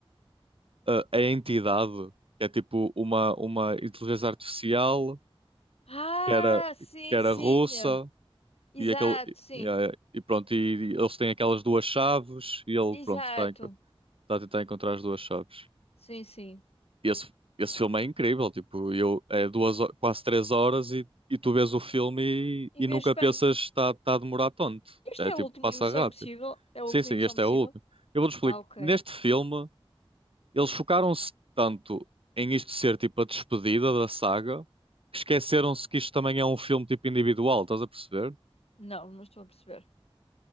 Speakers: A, on the right; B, on the left.
A: a, a entidade, que é tipo uma, uma inteligência artificial
B: Ah,
A: que era,
B: sim,
A: que era
B: sim.
A: russa
B: é. Exato,
A: e, aquele,
B: sim.
A: e, eh, e pronto, e, eles têm aquelas duas chaves e ele,
B: Exato.
A: pronto, está a, enco- está a tentar encontrar as duas chaves.
B: Sim, sim.
A: esse, esse filme é incrível, tipo, eu, é duas, ho- quase três horas e, e tu vês o filme e,
B: E
A: e nunca
B: vejo
A: pensas
B: bem.
A: está tá a demorar tanto.
B: Este
A: É
B: é
A: tipo,
B: o último
A: passa
B: Missão
A: rápido.
B: Impossível? É a
A: Sim,
B: última
A: sim,
B: Missão
A: este
B: Impossível?
A: é o último. Eu vou-te explicar.
B: Ah, ok.
A: Neste filme, eles focaram-se tanto em isto ser tipo a despedida da saga, que esqueceram-se que isto também é um filme tipo individual, estás a perceber?
B: Não, não estou a perceber.